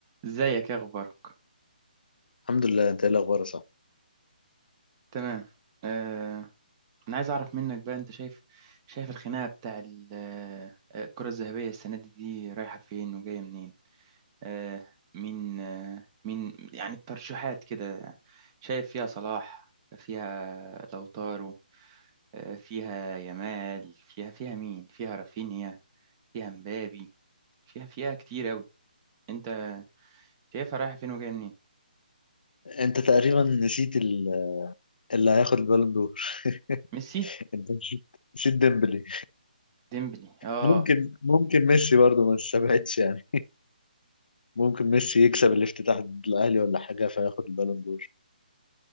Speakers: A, on the right (about 25°); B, on the left (about 65°).
A: ازيك يا اخبارك
B: الحمد لله انت ايه الاخبار صح
A: تمام آه انا عايز اعرف منك بقى انت شايف شايف الخناقه بتاع ال- آه، الكره الذهبيه السنه دي دي رايحه فين وجايه منين آه مين آه مين يعني الترشيحات كده شايف فيها صلاح فيها لوتارو آه فيها يامال فيها فيها مين فيها رافينيا فيها مبابي فيها فيها كتير قوي انت شايفها رايحه فين وجايه منين
B: انت تقريبا نسيت ال- اللي هياخد البالون دور
A: ميسي
B: <laughs> انت نسيت نسيت ديمبلي
A: ديمبلي اه
B: ممكن ممكن ميسي برضه ما استبعدش يعني ممكن ميسي يكسب الافتتاح ضد الاهلي ولا حاجه فياخد البالون دور